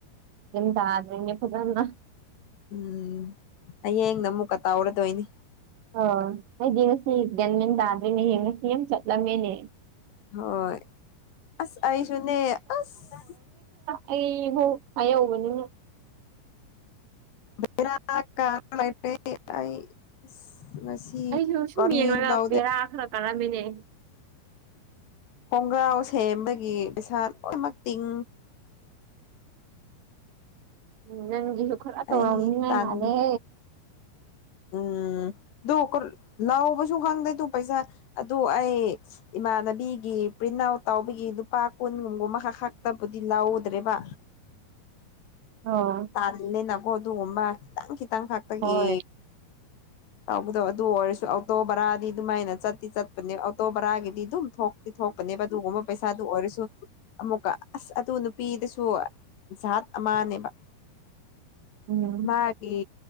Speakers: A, on the right; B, on the left.
A: ꯌꯦꯇꯦ ꯐꯖꯅ
B: ꯎꯝ ꯍꯌꯦꯡꯅ ꯑꯃꯨꯛꯀ ꯇꯧꯔꯗꯣꯏꯅꯤ
A: ꯑꯣ ꯑꯩꯗꯤ ꯉꯁꯤ ꯒ꯭ꯌꯥꯟꯃꯦꯟ ꯇꯥꯗꯔꯦꯅꯦꯍꯦ ꯉꯁꯤ ꯌꯥꯝ ꯆꯠꯂꯝꯃꯦꯅꯦ
B: ꯍꯣꯏ ꯑꯁ ꯑꯩꯁꯨꯅꯦ ꯑꯁ
A: ꯑꯩꯍꯨ ꯍꯥꯏꯍꯧꯕꯅꯤ
B: ꯕꯦꯔꯥ ꯀꯔꯥ ꯂꯩꯔꯦ ꯑꯩ ꯉꯁꯤ
A: ꯑꯩꯁꯨ ꯁꯨꯝ
B: ꯀꯔꯤꯁꯨ
A: ꯌꯦꯡꯔꯒ
B: ꯇꯧꯗꯦ
A: ꯕꯦꯔꯥ ꯈꯔ ꯀꯥꯔꯝꯃꯤꯅꯦ꯫
B: ꯈꯣꯡꯒ꯭ꯔꯥꯎ ꯁꯦꯝꯕꯒꯤ ꯄꯩꯁꯥ ꯂꯣꯏꯅꯃꯛ ꯇꯤꯡ꯫
A: ꯎ ꯅꯪꯒꯤꯁꯨ ꯈꯔ ꯇꯧꯔꯝꯅꯤꯉꯥꯏ
B: ꯑꯩ ꯇꯟ
A: ꯃꯥꯜꯂꯦ꯫
B: ꯎꯝ ꯑꯗꯨ ꯂꯥꯎꯕꯁꯨ ꯈꯪꯗꯦ ꯑꯗꯨ ꯄꯩꯁꯥ ꯑꯗꯨ ꯑꯩ꯫ ꯏꯃꯥꯟꯅꯕꯤꯒꯤ ꯄ꯭ꯔꯤꯟ ꯑꯥꯎꯠ ꯇꯥꯎꯕꯒꯤ ꯂꯨꯄꯥ ꯀꯨꯟꯒꯨꯝꯕꯨꯝ ꯃꯈꯥ ꯈꯛꯇꯕꯨꯗꯤ ꯂꯧꯗ꯭ꯔꯦꯕ꯫
A: ꯑ꯫
B: ꯑꯗꯅꯦ ꯅꯒꯣ ꯑꯗꯨ ꯑꯣꯝꯕ ꯀꯤꯇꯪ ꯀꯇꯪ ꯈꯛꯇꯒꯤ꯫
A: ꯍꯣꯏ
B: ꯇꯧꯕꯗꯣ ꯑꯗꯨ ꯑꯣꯏꯔꯁꯨ ꯑꯣꯇꯣ ꯕꯔꯥꯗꯤ ꯑꯗꯨꯃꯥꯏꯅ ꯆꯠꯇꯤ ꯆꯠꯄꯅꯦ ꯑꯣꯇꯣ ꯕꯔꯥꯒꯤꯗꯤ ꯑꯗꯨꯝ ꯊꯣꯛ꯫ ꯊꯣꯛꯄꯅꯦꯕ ꯑꯗꯨꯒꯨꯝꯕ ꯄꯩꯁꯥꯗꯨ ꯑꯣꯏꯔꯁꯨ ꯑꯃꯨꯛꯀ ꯑꯁ ꯑꯗꯨ ꯅꯨꯄꯤꯗꯨꯁꯨ ꯖꯥꯠ ꯑꯃꯅꯦꯕ
A: ꯎꯝ
B: ꯃꯥ ꯒꯤ